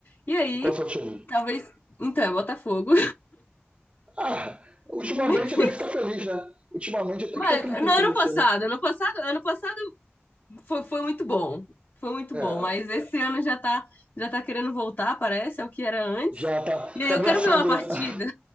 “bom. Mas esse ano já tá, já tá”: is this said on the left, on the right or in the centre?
Left